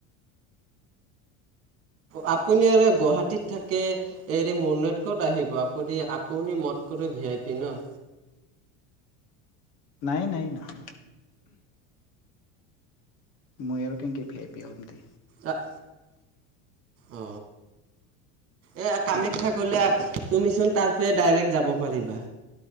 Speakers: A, on the right; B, on the left.
A: আপুনি আৰু গুৱাহাটীত থাকে হেৰি মনৈত ক'ত আহিব। আপ আপুনি মদ কৰ ভি আই পি ন।
B: নাই নাই নহয় মই আৰু কেনেকে ভি আই পি হম দে।
A: আহ অ এ কামাখ্যা
B: উম
A: গলে। তুমিচোন তাৰপয়ে ডাইৰেক্ট যাব পাৰিবা।